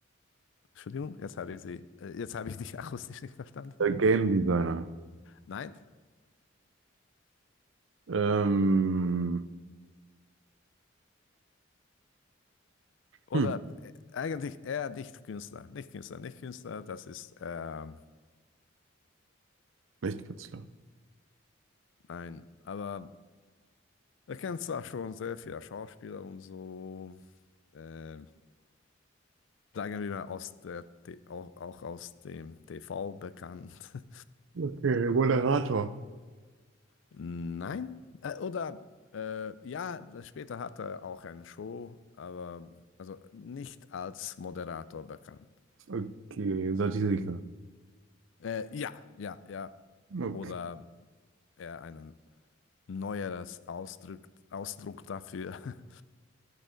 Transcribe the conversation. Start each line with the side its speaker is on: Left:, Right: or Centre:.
Left: Entschuldigung, jetzt habe ich sie, äh, jetzt habe ich dich <laughs> akustisch nicht verstanden.
Right: Äh, Game Designer.
Left: Nein?
Right: Ähm,
Left: Oder
Right: hm,
Left: äh, eigentlich eher nicht Künstler. Nicht Künstler, nicht Künstler, das ist, ähm,
Right: nicht Künstler.
Left: nein, aber er kennt zwar schon sehr viele Schauspieler und so, äh, sagen wir mal aus der, T- auch, auch aus dem TV bekannt. <laughs>
Right: Okay, Moderator.
Left: Nein, äh, oder äh, ja, das- später hat er auch eine Show, aber also nicht als Moderator bekannt.
Right: Okay, Satiriker.
Left: Äh, ja, ja, ja.
Right: Okay,
Left: Oder er einen neueres Ausdruck, Ausdruck dafür. <laughs>